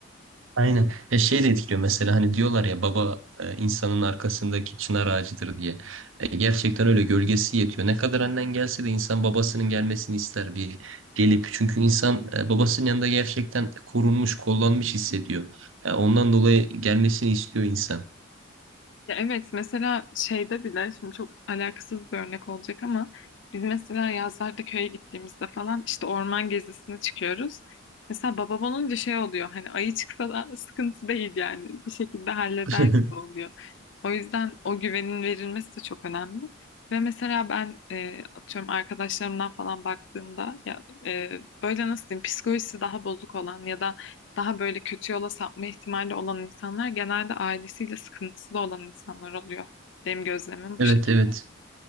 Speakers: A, on the right; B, on the left.
A: Aynen. Ya şey de etkiliyor mesela hani diyorlar ya baba e, insanın arkasındaki çınar ağacıdır diye. E, gerçekten öyle gölgesi yetiyor. Ne kadar annen gelse de insan babasının gelmesini ister bir gelip. Çünkü insan e, babasının yanında gerçekten korunmuş, kollanmış hissediyor. Ya ondan dolayı gelmesini istiyor insan.
B: Ya evet mesela şeyde bile şimdi çok alakasız bir örnek olacak ama biz mesela yazlarda köye gittiğimizde falan işte orman gezisine çıkıyoruz. Mesela babam olunca şey oluyor hani ayı çıksa da sıkıntı değil yani bir şekilde halleder
A: <laughs>
B: gibi oluyor. O yüzden o güvenin verilmesi de çok önemli. Ve mesela ben e, atıyorum arkadaşlarımdan falan baktığımda ya e, böyle nasıl diyeyim psikolojisi daha bozuk olan ya da daha böyle kötü yola sapma ihtimali olan insanlar genelde ailesiyle sıkıntısı da olan insanlar oluyor. Benim gözlemim bu
A: Evet
B: şekilde.
A: evet.